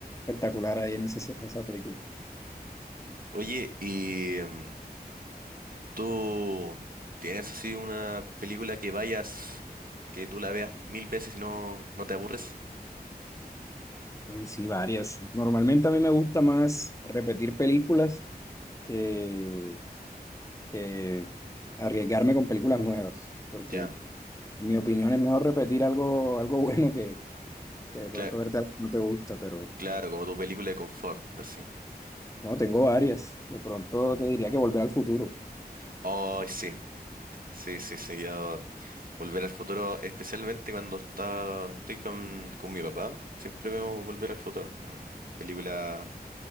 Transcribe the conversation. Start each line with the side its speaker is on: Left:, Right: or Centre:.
Left: espectacular ahí en esa, en esa película.
Right: Oye, ¿y mm, tú tienes así una película que vayas, que tú la veas mil veces y no, no te aburres?
Left: Uy, sí, varias. Normalmente a mí me gusta más repetir películas que, que arriesgarme con películas nuevas, porque
Right: Ya,
Left: en mi opinión es mejor repetir algo, algo <laughs> bueno que, que de pronto
Right: cla-
Left: verte algo que no te gusta, pero
Right: claro, como tu película de confort, así.
Left: no, tengo varias. De pronto te diría que Volver al Futuro,
Right: Oh, sí, sí, sí, sí, yo Volver al futuro, especialmente cuando está, estoy con, con mi papá, siempre vemos Volver al futuro. mm, Película